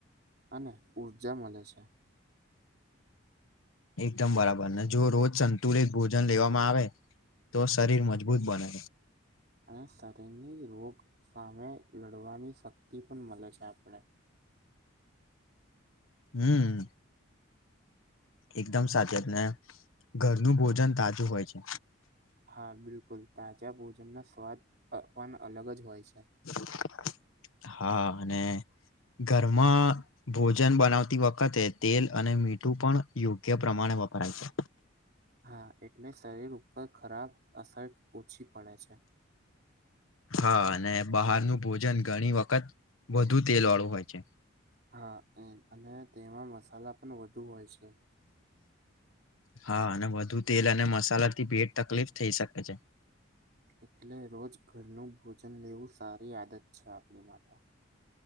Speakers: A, on the right; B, on the left.
A: અને ઊર્જા મળે છે
B: એકદમ બરાબર ને જો રોજ સંતુલિત ભોજન લેવામાં આવે તો શરીર મજબૂત બને
A: અને શરીરની રોગ સામે લડવાની શક્તિ પણ મળે છે આપણે
B: હમ એકદમ સાચી વાત જ ને ઘરનું ભોજન તાજું હોય છે
A: હા બિલકુલ તાજા ભોજનનો સ્વાદ અપન અલગ જ હોય છે
B: <inaudible> હા અને ઘરમાં ભોજન બનાવતી વખતે જ તેલ અને મીઠું પણ યોગ્ય પ્રમાણે વપરાય છે
A: હા એટલે શરીર ઉપર ખરાબ અસર ઓછી પડે છે
B: હા અને બહારનું ભોજન ઘણી વખત વધુ તેલ વાળું હોય છે
A: હા એ અને તેમાં મસાલા પણ વધુ હોય છે
B: હા અને વધુ તેલ અને મસાલા થી પેટ તકલીફ થઇ શકે છે
A: એટલે રોજ ઘરનું ભોજન લેવું સારી આદત છે આપણી માટે